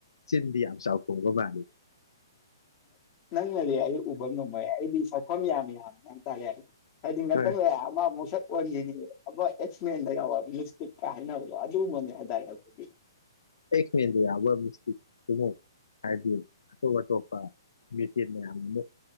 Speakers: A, on the left (about 85°); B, on the left (about 35°).
A: ꯆꯤꯟꯗꯤ ꯌꯥꯝ ꯆꯥꯎꯊꯣꯛꯕ ꯃꯥꯜꯂꯤ
B: ꯅꯪ ꯅꯗꯤ ꯑꯩ ꯎꯕ ꯉꯝꯃꯣꯏ ꯑꯩꯗꯤ ꯁꯛꯐꯝ ꯌꯥꯝ ꯌꯥꯝꯃꯤ ꯍꯥꯏꯇꯥꯔꯦ ꯍꯥꯏꯗꯤ ꯉꯥꯇꯪ
A: ꯍꯣꯏ
B: ꯂꯩ ꯑꯃ ꯃꯨ ꯁꯠ ꯑꯣꯟꯈꯤꯅꯤ ꯑꯃꯥ ꯑꯦꯛꯁꯃꯦꯟ ꯗ ꯌꯥꯎꯕ ꯃꯤꯁ ꯐꯤꯠ ꯀ ꯍꯥꯏꯅꯕꯗꯨ ꯑꯗꯨꯒꯨꯝꯕꯅꯤ ꯍꯥꯏꯇꯥꯔꯦ ꯑꯩꯈꯣꯏꯗꯤ
A: ꯑꯦꯛꯁꯃꯦꯟꯗ ꯌꯥꯕ ꯃꯤꯁꯇꯤꯛ ꯑꯃ ꯍꯥꯏꯕꯗꯤ ꯑꯇꯣꯞ ꯑꯇꯣꯞꯄ ꯃꯦꯆꯤꯟ ꯃꯌꯥꯝ ꯑꯃꯨ